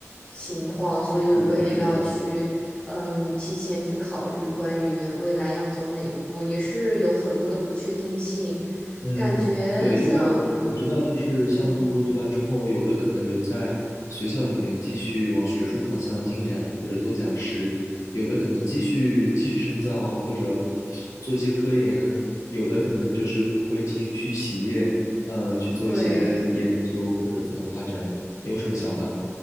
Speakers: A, on the left (about 20°); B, on the left (about 85°).
A: 情况，所以我也要去嗯提前去考虑关于未来要走哪一步，
B: 是的，是的。
A: 也是有很多的不确定性，
B: 嗯，
A: 感觉像
B: 对，一般我知道，就是像读博读完之后，
A: 对
B: 有的可能留在学校里面继续往学术方向进展，或者做讲师；有的可能继续继续深造，或者做一些科研；有的可能就是会继续去企业，呃，去做一些研究或者怎样发展。
A: 对。
B: 你有什么想法呢？